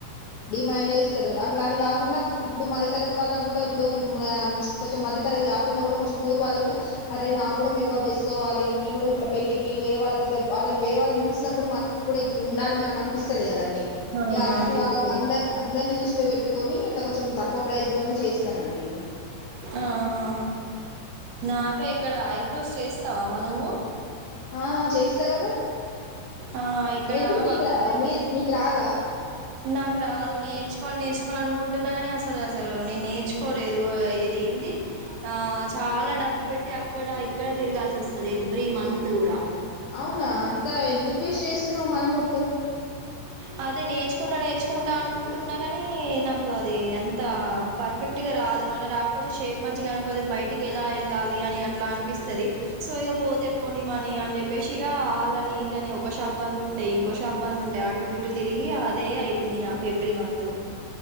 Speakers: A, on the left; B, on the right.
A: డిమాండ్ చేస్తారు అట్లా అని కాకుండా ఇప్పుడు మధ్యతరగతి వాళ్ళకి కూడా ఇప్పుడు కొంచెం మధ్యతరగతి కాకుండా కూడా కొంచెం పూర్ వాళ్లకు కూడా అరే నాకు కూడా మేకప్ వేసుకోవాలి నేను కూడా ఇట్లా పెళ్లికి వేరేవాళ్ళకి ఇట్లా వాళ్ళని వేరే వాళ్ళని చూసినప్పుడు మనకు కూడా ఇట్లా ఉండాలి మనం అనిపిస్తది కద అండి
B: అవును
A: ఇగ అలాంటి
B: అనిపిస్తది
A: వాళ్ళని అందరిని అందరిని దృష్టిలో పెట్టుకొని అట్లా కొంచెం తక్కువ ప్రైజ్ లోనే చేస్తానండి నేను
B: ఆహా నాకే ఇక్కడ ఐబ్రోస్ చేస్తావా నువ్వు
A: ఆ చేస్తా కదా
B: ఆ ఇక్కడ
A: ఎందుకు
B: మాకైతే
A: మీకు రావ మీకు మీకు రాదా
B: నాకు రాదు నేర్చుకోవాలి నేర్చుకోవాలి అనుకుంటున్నా కాని అసలు అసలు నేను నేర్చుకోలేదు ఏంది ఆ చాలా డబ్బులు పెట్టి అక్కడ ఇక్కడ తిరగాల్సి వస్తది ఎవ్రీ మంత్ కూడా
A: అవునా అంతా ఎందుకు వేస్ట్ చేస్తున్నవ్ మనీ మొత్తం
B: అ <unintelligible> అదే నేర్చుకుంటా నేర్చుకుంటా అనుకుంటున్నా గాని నాకు అది అంత ఫర్ఫెక్ట్ గా రా కాదు మళ్ళ రాకపోతే షేప్ మంచిగానకపోతే బయటికి ఎలా వెళ్ళాలి అని అట్లా అనిపిస్తది. సో ఇగా పోతే పోని మనీ అని చెప్పేసిగా ఆళ్ళని ఈళ్ళని ఒక్క షాప్ బంద్ ఉంటే ఇంకో షాప్ బంద్ ఉంటా అటు ఇటు తిరిగి అదే అయితుంది నాకు ఎవ్రీ మంత్